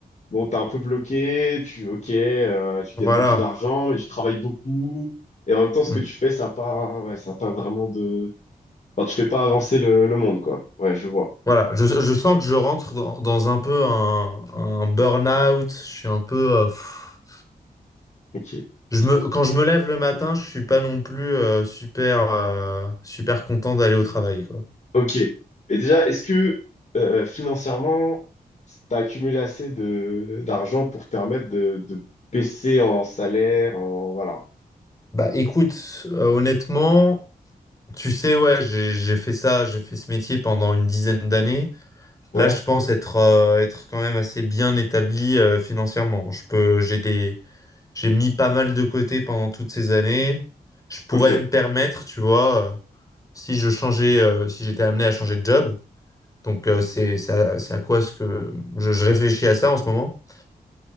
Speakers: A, on the left (about 45°); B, on the left (about 20°).
A: bon, t'es un peu bloqué. Tu ok, euh, tu gagnes
B: Voilà.
A: beaucoup d'argent, mais tu travailles beaucoup. Et en même temps, ce
B: Mm.
A: que tu fais, ça a pas, ouais, ça a pas vraiment de. Enfin, tu fais pas avancer le, le monde, quoi. Ouais, je vois.
B: Voilà. Je, je sens que je rentre dans, dans un peu un, un burn-out. Je suis un peu. euh, pff.
A: Ok.
B: je me, quand je me lève le matin, je suis pas non plus euh, super, euh, super content d'aller au travail, quoi.
A: Ok. Mais déjà, est-ce que euh, financièrement, tu as accumulé assez de d'argent pour te permettre de, de baisser en salaire, en voilà.
B: Bah écoute, euh, honnêtement. Tu sais, ouais, j'ai j'ai fait ça, j'ai fait ce métier pendant une dizaine d'années.
A: Ouais,
B: Là, je pense être, euh, être quand même assez bien établi euh, financièrement. Je peux, j'ai des, j'ai mis pas mal de côté pendant toutes ces années. Je pourrais
A: ok,
B: me permettre, tu vois, euh, si je changeais, euh, si j'étais amené à changer de job. Donc, euh, c'est, c'est à, c'est à quoi ce que je, je réfléchis à ça en ce moment.